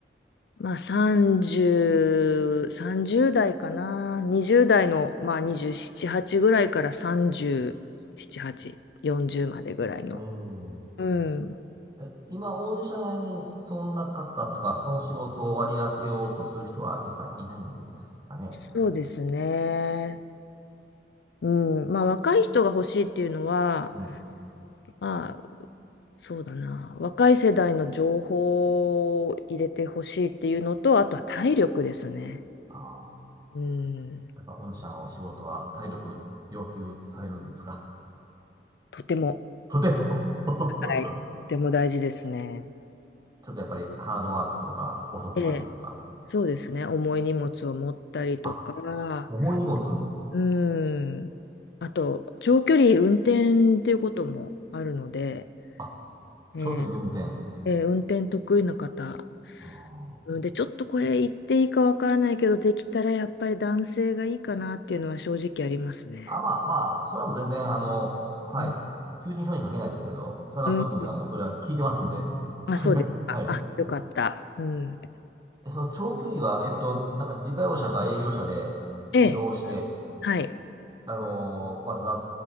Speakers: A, on the left (about 70°); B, on the right (about 20°).
A: まあ30、30代かな。20代の、まあ27、8ぐらいから37、8、40までぐらいの。
B: うん。
A: うん。
B: え、今、御社内にそんな方とか、その仕事を割り当てようとする人は、やっぱいないんですかね
A: そうですね。うん。まあ若い人が欲しいっていうのは、
B: うん。
A: まあそうだな。若い世代の情報を入れてほしいっていうのと、あとは体力ですね。
B: あー
A: うん。
B: やっぱ御社の仕事は体力要求されるんですか
A: とても、
B: <laughs> とても <laughs>
A: はい。とても大事ですね。
B: ちょっとやっぱりハードワークとか遅くまでとか、
A: ええそうですね、重い荷物を持ったりとか、
B: あ、重い荷物、
A: うん、あと、長距離運転っていうこともあるので、
B: あ、
A: えー
B: 長距離運転。
A: えー運転得意な方、
B: あー、
A: うんで、ちょっとこれ言っていいかわからないけど、できたらやっぱり男性がいいかなっていうのは正直ありますね。
B: あまあまあ、それはもう全然あの、はい、
A: うん、
B: 求人票に書けないですけど、探すときにはもうそれは聞いてますんで。
A: うん、あ、そうですか。
B: <laughs> はい。
A: あ、よかった。うん、
B: えその長距離は、えっと、なんか自家用車か営業車で移動して、
A: ええ、はい。
B: あのー、渡田